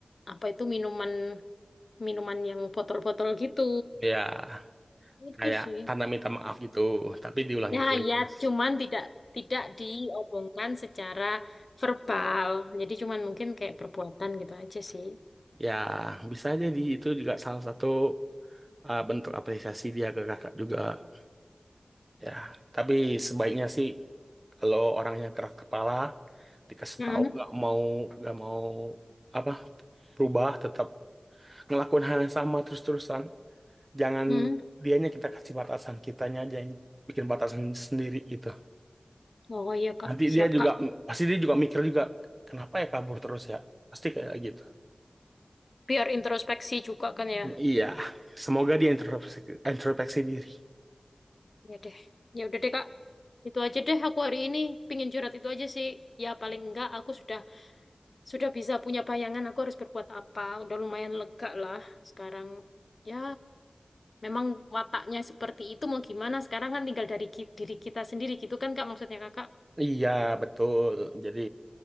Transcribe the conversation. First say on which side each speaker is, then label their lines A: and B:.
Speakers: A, on the left; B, on the right.
A: apa itu minuman minuman yang botol-botol gitu.
B: Ya,
A: Itu
B: kayak
A: sih.
B: tanda minta maaf gitu, tapi diulangin
A: Ya,
B: terus.
A: ya, cuman tidak tidak diomongkan secara verbal. Jadi cuman mungkin kayak perbuatan gitu aja sih.
B: Ya, bisa jadi itu juga salah satu uh, bentuk apresiasi dia ke kakak juga. Ya, tapi sebaiknya sih Kalau orangnya keras kepala, dikasih
A: Hmm.
B: tahu nggak mau nggak mau apa berubah, tetap ngelakuin hal yang sama terus-terusan. Jangan
A: Hmm.
B: dianya kita kasih batasan, kitanya aja yang bikin batasan sendiri gitu.
A: Oh iya Kak,
B: Nanti
A: siap
B: dia juga
A: Kak.
B: pasti dia juga mikir juga kenapa ya kabur terus ya? Pasti kayak gitu.
A: biar introspeksi juga kan ya
B: Ya, Iya, semoga dia introspeksi, introspeksi diri.
A: ya deh ya udah deh kak itu aja deh aku hari ini pingin curhat itu aja sih ya paling enggak aku sudah sudah bisa punya bayangan aku harus berbuat apa udah lumayan lega lah sekarang ya memang wataknya seperti itu mau gimana sekarang kan tinggal dari ki- diri kita sendiri gitu kan kak maksudnya kakak
B: Iya, betul. Jadi